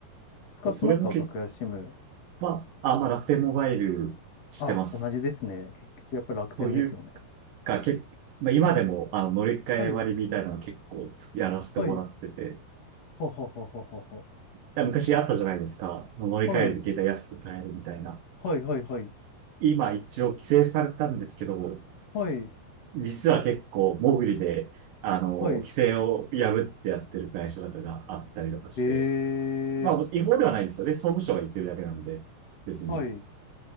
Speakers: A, on the left; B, on the right.
A: 使ってますか格安
B: それもけ、
A: SIM。
B: まあ、あ、まあ楽天モバイルしてます。
A: あ、同じですね。結局やっぱり楽天ですよね。
B: というか、結まあ、今でも、あの、乗り換え割みたいなのは結構やらせてもらってて、
A: はい、はい、はははははは。
B: 昔あったじゃないですか。乗り換えで携帯安く買えるみたいな。
A: はい、はい、はい、はい、
B: 今一応規制されたんですけど、
A: はい、
B: 実は結構、モグリで、あの、
A: はい。
B: 規制を破ってやってる会社とかがあったりとかして、
A: えー、
B: まあ、違法ではないですよね。総務省が言ってるだけなので、別に、
A: はい、